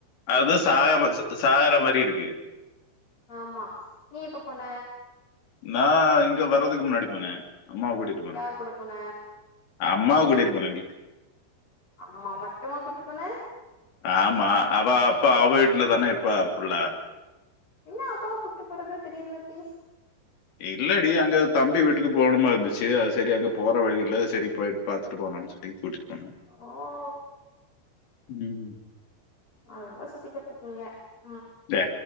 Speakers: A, on the left; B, on the left.
A: அது சாக சாகற மாரிருக்கு
B: ஆமா நீ எப்ப போன
A: நா இங்க வர்றதுக்கு முன்னாடி போனே அம்மா கூட்டிட்
B: யார் கூட போன
A: அம்மா கூட்டிட்டு போனேன்டி
B: அம்மா மட்டுமா கூட்டு போன
A: ஆமா அவ அப்ப அவ வீட்ல தானே இருப்பா ஃபுல்லா
B: என்ன அம்மா கூட்டுப்போறது தீடீர்னு இப்டிஸ்
A: இல்லடி அங்க தம்பி வீட்டுக்கு போகணுமா இருந்துச்சு அது சரி அங்க போற வழி இல்ல சரி போயிட்டு பாத்துட்டு போலான்ச் சொல்லி கூட்டிட்போனே
B: ஓ
A: ம்
B: அ <unintelligible>
A: தே